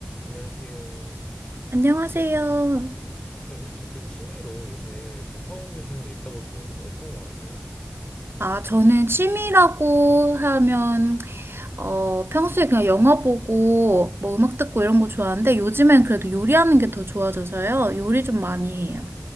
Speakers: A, on the left; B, on the right.
A: 안녕하세요.
B: 안녕하세요.
A: 네, 혹시 그 취미로 요새 뭐 하고 계시는 게 있다고 들었는데 어떤 거 하세요?
B: 아, 저는 취미라고 하면, 어, 평소에 그냥 영화 보고, 뭐 음악 듣고 이런 거 좋아하는데, 요즘엔 그래도 요리하는 게 더 좋아져서요. 요리 좀 많이 해요.